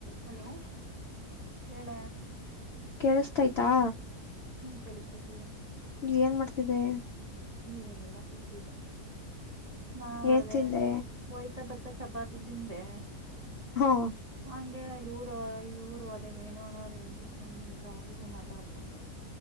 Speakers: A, on the right; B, on the left.
A: Hello ಹೇಳ
B: ಕೇಳಸ್ತಾಯ್ತಾ
A: ಕಲತದೆ
B: ಏನ್ ಮಾಡ್ತಿದ್ದೆ
A: ಏನಿಲ್ಲ ಕೂತಿದ್ದೆ ನಾ ಮಾಡ್ದ
B: ಏನ್ ತಿಂದೆ
A: ಒಯ್ತಪ ತ್ತ ಚಪಾತಿ ದಿಂದೆ
B: ಹಾ
A: ಹ ಇವ್ರು ಇವ್ರು ಅದೇ ಮೇಣೋಣ ಅವರು ಹೆಂಡತಿ ಫೋನ್ ಮಾಡಿದ್ರು ಅವ್ರ ಜೊತೆ ಮಾತಾಡ್ಕೊಂಡು